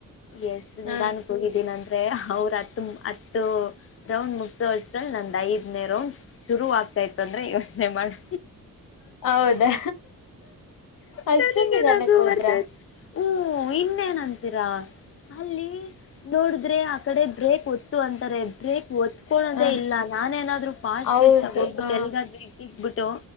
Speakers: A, on the left; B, on the left.
A: ಎಸ್ ನಿಧಾನಕ್ಕೆ
B: ಹ
A: ಕೋಗಿದ್ದೀನಿಂತ ಅವ್ರ ಹ ಹತ್ತು ರೌಂಡ್ ಮುಗಸ್ರಲ್ಲಿ ನ ಐದನೇ ರೌಂಡ್ ಶುರು ಆತ ಆತಾಯ್ತ ಅಂದ್ರೆ ಯೋಚನೆ ಮಾಡಿ
B: ಹೌದಾ ಅಷ್ಟೊಂದು
A: ನನಗೆ
B: ನಿಧಾನಕ್ಕೆ
A: ನಗು
B: ಹೋದ್ರ
A: ಬರ್ತೈತ್ ಹ್ಮ ಇನ್ನೇನಂತೀರಾ ಅಲ್ಲಿ ನೋಡಿದ್ರೆ ಆ ಕಡೆ ಬ್ರೇಕ್ಓದ ಅಂತಾರೆ ಬ್ರೇಕ್ ಒತ್ಕಳೋದೇ
B: ಹ
A: ಇಲ್ಲ ನಾನ ಏನಾದ್ರು ಫಾಸ್ಟ್
B: ಹೌದು
A: ೀ್ ತಾಗ ಹೋಗ್ಬಿಟ್ಟು
B: ಹ
A: ಎಲ್ಗಾದ್ರೂ ಇಕ್ಬಿಟ್ಟು